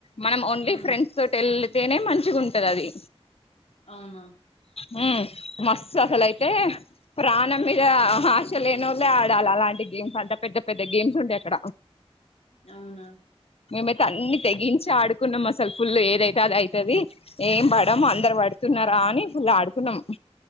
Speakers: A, on the left; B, on the left.
A: మనం ఓన్లీ
B: ఉమ్
A: ఫ్రెండ్స్ తోటి వెళితేనే మంచిగుంటది అది
B: ఆవునున్
A: ఉమ్ మస్త్ అసలయితే ప్రాణం మీద ఆశ లేని ఒల్లే ఆడాలి అలాంటి గేమ్స్ అంటె పెద్ద పెద్ద గేమ్స్ ఉంటయి అక్కడ
B: అవునా
A: మేమైతే అన్ని తెగించి ఆడుకున్నాం అసలు ఫుల్లు ఏదైతే అది అయితది ఏం పడము అందరు పడుతున్నారా అని ఫుళ్లు ఆడుకున్నాం